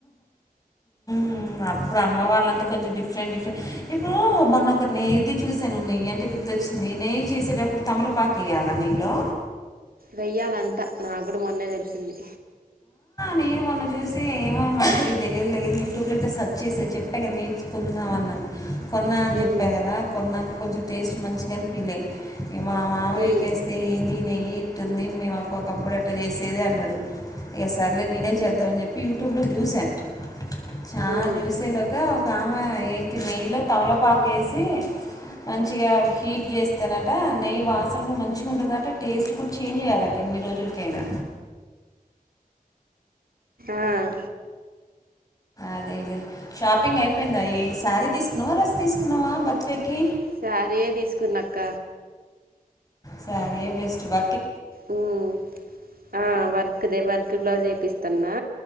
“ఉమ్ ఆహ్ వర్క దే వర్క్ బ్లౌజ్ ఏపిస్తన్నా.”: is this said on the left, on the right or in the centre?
Right